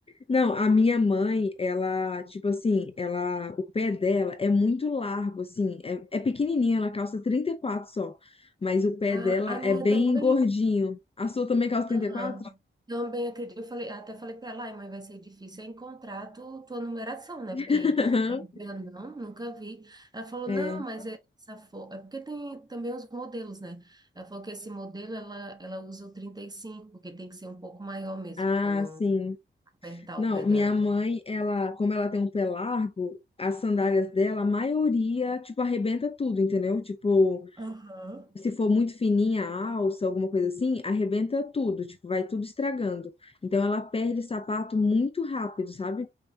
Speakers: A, on the left; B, on the right.
A: Não, a minha mãe, ela, tipo assim, ela, o pé dela é muito largo, assim, é, é pequenininha, ela calça 34 só, mas o pé
B: A,
A: dela
B: a minha
A: é bem
B: também.
A: gordinho. A sua também calça 34?
B: Aham. Também acredito. Eu falei, até falei para ela, ai, mãe, vai ser difícil é encontrar tu, tua numeração, né? Porque
A: <laughs>
B: eu não, nunca vi. Ela falou,
A: É.
B: não, mas é essa fo... é porque tem também os modelos, né? Ela falou que esse modelo ela, ela usa o 35, porque tem que ser um pouco maior mesmo,
A: Ah,
B: para não
A: sim.
B: apertar
A: Não,
B: o pé dela.
A: minha mãe, ela, como ela tem um pé largo, as sandálias dela, a maioria, tipo, arrebenta tudo, entendeu? Tipo,
B: Aham.
A: se for muito fininha a alça, alguma coisa assim, arrebenta tudo, tipo, vai tudo estragando. Então ela perde sapato muito rápido, sabe?